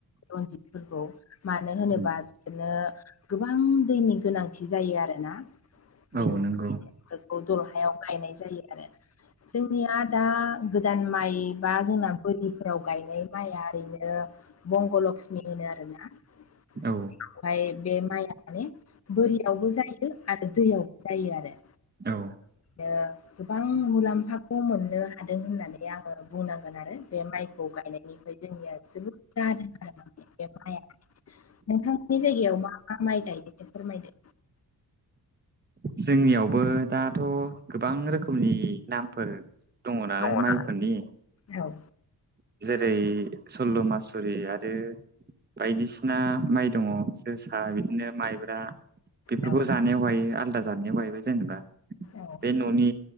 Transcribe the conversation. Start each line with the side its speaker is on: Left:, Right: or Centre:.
Left: रनजितफोरखौ मानो होनोबा
Right: उम
Left: बिदिनो गोबां दैनि गोनांथि जायो आरोना। बिदि
Right: औ
Left: <unintelligible>
Right: नंगौ
Left: दलहायाव गायनाय जायो आरो। जोंनिया दा गोदान माइ बा जोंना बोरिफोराव गायनाय माइया ओरैनो बंग' लक्ष्मि होनो आरोना बेखौहाय
Right: औ
Left: बे माइआ माने बोरियावबो जायो आरो दैयावबो जायो आरो।
Right: औ।
Left: बिनो गोबां मुलाम्फाखौ मोननो हादों होननानै आङो बुंनांगोन आरो बे माइखौ गायनायनिफ्राय। जोंनिया जोबोद जादों। <unintelligible> नोंथांमोननि जायगायाव मा मा माइ गायदों एसे फोरमायदो।
Right: जोंनियावबो दाथ' गोबां रोखोमनि नामफोर दंङ' नालाय
Left: गोबां
Right: माइफोरनि।
Left: नामफोर
Right: जेरै सल्ल' मासुरि आरो बायदिसिना माइ दङ'। जोसा बिदिनो माइब्रा बेफोरखौ
Left: दङना
Right: जानायाव गायो आलदा जानायाव गायबाय जेनेबा
Left: औ।
Right: बे न'नि